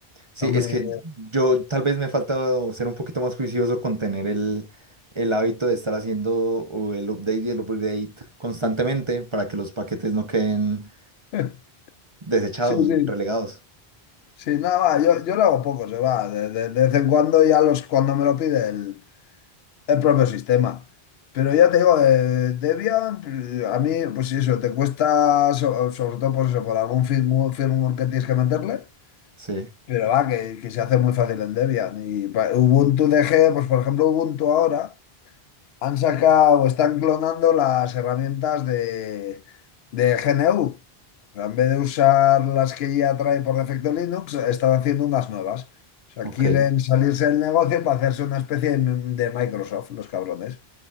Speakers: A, on the right; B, on the left.
A: Sí,
B: No me...
A: es que yo tal vez me falta ser un poquito más juicioso con tener el, el hábito de estar haciendo o el update y el upgrade constantemente para que los paquetes no queden
B: <laughs>
A: desechados,
B: Sí, sí,
A: relegados.
B: sí, nada, va, yo, yo lo hago poco, se va, de, de- de vez en cuando ya los, cuando me lo pide el, el propio sistema. Pero ya te digo, eh, Debian, eh, a mí, pues sí, eso, te cuesta, so- sobre todo por eso, por algún firmware, firmware que tienes que meterle,
A: Sí,
B: pero va, que, que se hace muy fácil en Debian. Y pa- Ubuntu DG, pues por ejemplo, Ubuntu ahora. Han sacado, están clonando las herramientas de, de GNU. En vez de usar las que ya trae por defecto Linux, están haciendo unas nuevas. O sea,
A: ok.
B: quieren salirse del negocio para hacerse una especie de, de Microsoft, los cabrones.